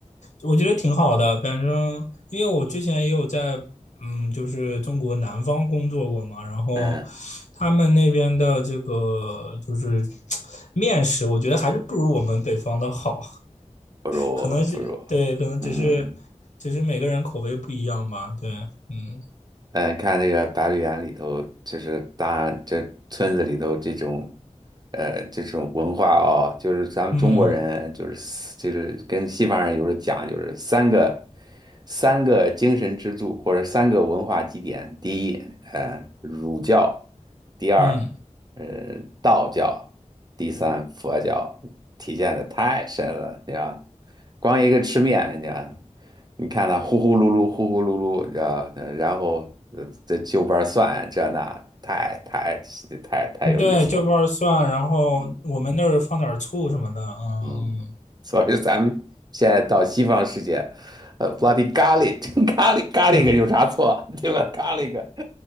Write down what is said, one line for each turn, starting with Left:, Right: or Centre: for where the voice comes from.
Left: 我觉得挺好的。反正因为我之前也有在嗯，就是中国南方工作过嘛，然后
Right: 嗯，
Left: 他们那边的这个就是 <tsk> 面食，我觉得还是不如我们北方的好。
Right: 不如不如，
Left: 可能是对，可能只是
Right: 嗯。
Left: 只是每个人口味不一样吧。对，嗯
Right: 嗯，呃看那个《白鹿原》里头，就是大这村子里头这种，呃，这种文化哦，就是咱们中国人就是四就是跟西方人有时候讲，
Left: 嗯
Right: 就是三个三个精神支柱或者三个文化基点，第一，呃，儒教，第二，
Left: 嗯
Right: 呃，道教，第三，
Left: 嗯，
Right: 佛教，体现的太深了，你知道，光一个吃面，你知道你看他呼呼噜噜，呼呼噜噜，啊，呃然后呃这就瓣蒜这那，太太太太有意思了，
Left: 对，就瓣儿蒜，然后我们那儿放点儿醋什么的。
Right: 嗯
Left: 嗯
Right: 嗯，所以咱们现在到西方世界，呃，bloody garlic，<laughs> 咖喱咖喱个有啥错，
Left: 嗯。呃
Right: 对吧？咖喱个，